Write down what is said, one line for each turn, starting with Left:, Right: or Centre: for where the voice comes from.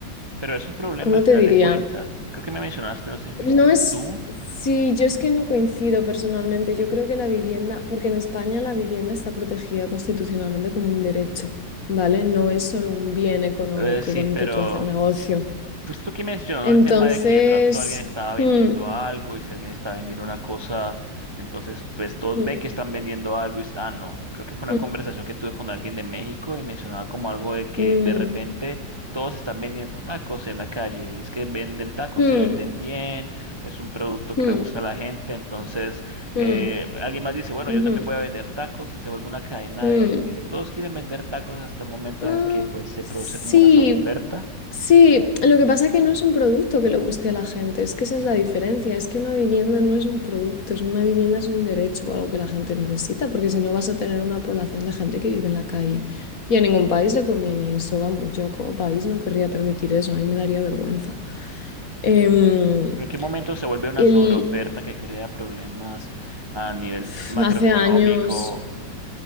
Right: pero es un problema
Left: ¿cómo
Right: al final
Left: te diría?
Right: de cuentas. Creo que me mencionaste, no sé si fuiste
Left: No es,
Right: tú.
Left: sí, yo es que no coincido personalmente. Yo creo que la vivienda, porque en España la vivienda está protegida constitucionalmente como un derecho, ¿vale? No es solo un bien económico
Right: Eh, sí,
Left: con
Right: pero...
Left: el que tú hacer negocio.
Right: Pues tú que mencionó
Left: Entonces,
Right: el tema de que de pronto alguien estaba vendiendo
Left: mm,
Right: algo y si alguien está vendiendo una cosa, entonces pues todos
Left: mm,
Right: ven que están vendiendo algo y s- ah no, creo que fue una
Left: mm,
Right: conversación que tuve con alguien de México y mencionaba como algo de que
Left: mm,
Right: de repente todos están vendiendo tacos en la calle y es que venden tacos,
Left: mm,
Right: se venden bien, es un producto
Left: mm,
Right: que le gusta a la gente, entonces eh,
Left: mm,
Right: alguien más dice, bueno,
Left: ujú,
Right: yo también voy a vender tacos y se vuelve una cadena
Left: mm,
Right: de, de que todos quieren vender tacos hasta el momento
Left: mm,
Right: en
Left: mm,
Right: el que pues se
Left: sí,
Right: produce como una sobreoferta.
Left: Sí, lo que pasa es que no es un producto que le guste a la gente, es que esa es la diferencia, es que una vivienda no es un producto, es una vivienda es un derecho o algo que la gente necesita, porque si no vas a tener una población de gente que vive en la calle. Y a ningún país le conviene eso, vamos, yo como país no querría permitir eso, a mí me daría vergüenza. Em,
Right: ¿Pero en qué momento se vuelve una
Left: el,
Right: sobreoferta que crea problemas a nivel
Left: <sighs>
Right: macroeconómico?
Left: hace años...